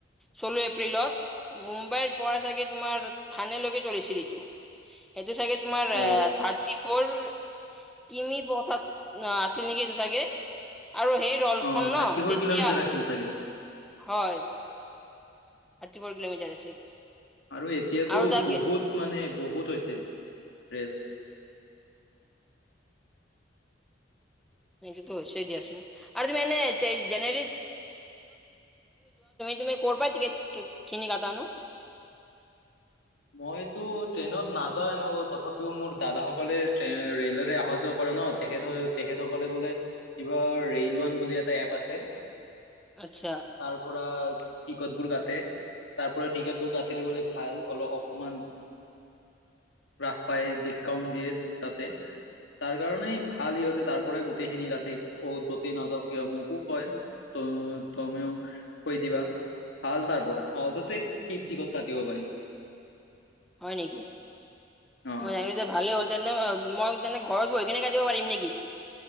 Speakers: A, in the centre; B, on the left.
A: ষোল্ল, এপ্ৰিলত মুম্বাইৰ পৰা চাগে তোমাৰ থানেলৈকে চলিছিল এইটো। সেইটো চাগে তোমাৰ
B: অ
A: আ, থাৰ্টি মোৰ কিনি পথত অ, আছিল নেকি এইটো চাগে? আৰু সেই ৰলখন
B: অ
A: ন
B: থাৰ্টি ফ'ৰ
A: তেতিয়া,
B: কিলোমিটাৰ আছিল চাগে?
A: হয়। থাৰ্টি ফৌৰ কিলোমিটাৰ আছিল।
B: আৰু এতিয়াতো
A: আৰু তাকে
B: বহুত মানে বহুত হৈছে। ৰেল।
A: সেইটোতো হৈছে দিয়াচোন আৰু তুমি এনে জেনেৰেলি তুমি ক'ৰ পৰা টিকেট কিনি কাটানো?
B: মইতো ট্ৰেইনত নাযাও এনেকৈ তথাপিও মোৰ দাদাসকলে ট্ৰে-ৰেলেৰে আহা যোৱা কৰে। <unintelligible> তেখেতসকল-তেখেতসকলে বোলে কিবা ৰেইল ৱান বুলি এটা এপ আছে।
A: আচ্ছা
B: তাৰ পৰা টিকটবোৰ কাটে, তাৰ পৰা টিকটবোৰ কাটিলে বলে ভাল অলপ অকমান ৰাস পায় ডিছকাউণ্ট দিয়ে তাতে। তাৰ কাৰণেই ভাল সিহঁতে তাৰ পৰা গোটেইখিনি তাতে <unintelligible> যতেই নাযাওক কিয় মোকো কয়। ত, তুমিও কৈ দিবা। ভাল তাৰ পৰা সহজতে কীৰ্তিকত কাটিব পাৰি।
A: হয় নেকি
B: অ
A: মইহিল ভালে হল। তেনে ম, মই তেনে ঘৰত বহি কিনে কাটিব পাৰিম নেকি?